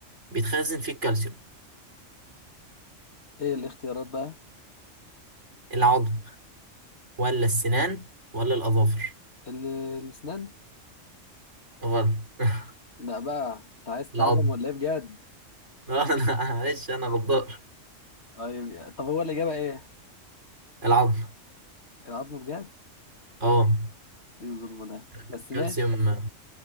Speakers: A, on the right (about 65°); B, on the left (about 55°).
A: بيتخزن فيه الكالسيوم
B: ايه الاختيارات بقى؟
A: العظم ولا السنان ولا الاظافر
B: ال- الاسنان
A: غلط <laughs>
B: لا بقى انت عايز تتعزم
A: العظم
B: ولا ايه بجد
A: اه انا معلش انا غدار
B: طيب طب هو الاجابه ايه
A: العظم
B: العظم بجد
A: اه
B: ايه الظلم ده بس
A: الكالسيوم
B: ماشي